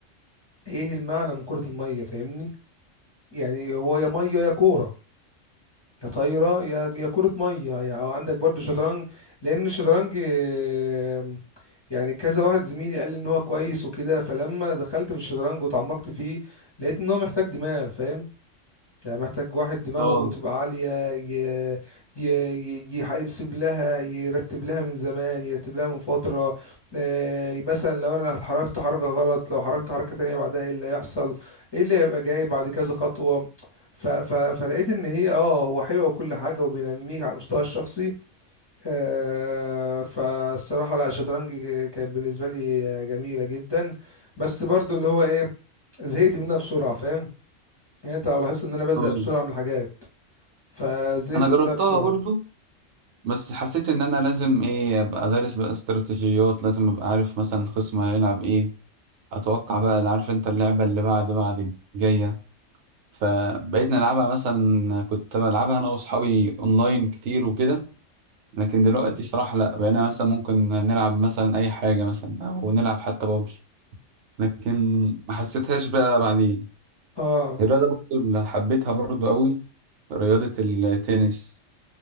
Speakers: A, on the left; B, on the right.
A: ايه المعنى من كرة المية فاهمني يعني هو يا مية يا كورة يا طايرة يا يا كرة مية يعني عندك برضو شطرنج لأن الشطرنج آه، يعني كذا واحد زميلي قال لي ان هو كويس وكده فلما دخلت في الشطرنج وتعمقت فيه لقيت ان هو محتاج دماغ فاهم يعني محتاج واحد دماغه
B: اه
A: تبقى عالية ي... ي... ي... يح- يرسم لها يرتب لها من زمان يرتب لها من فترة آه، مثلا لو انا اتحركت حركة غلط لو حركت حركة تانية بعدها ايه اللي هيحصل ايه اللي هيبقى جاي بعد كذا خطوة ف... ف... فلقيت ان هي اه هو حلوة وكل حاجة وبينميك على المستوى الشخصي آه، فالصراحة لا الشطرنج كانت بالنسبة لي جميلة جدا بس برضو اللي هو ايه زهقت منها بسرعة فاهم يعني انت لو لاحظت ان انا بزهق
B: اه
A: بسرعة من الحاجات فزهقت
B: انا جربتها
A: منها بسرعه
B: برضه بس حسيت ان انا لازم ايه ابقى دارس بقى استراتيجيات لازم ابقى عارف مثلا الخصم هيلعب ايه اتوقع بقى عارف انت اللعبة اللي بعد بعد الجاية فبقيت نلعبها مثلا كنت بلعبها انا واصحابي اونلاين كتير وكده لكن دلوقتي صراحة لا بقينا مثلا ممكن نلعب مثلا اي حاجة مثلا او نلعب حتى بابجي لكن ما حسيتهاش بقى بعدين
A: اه
B: الرياضة برضو اللي حبيتها برضو قوي رياضة التنس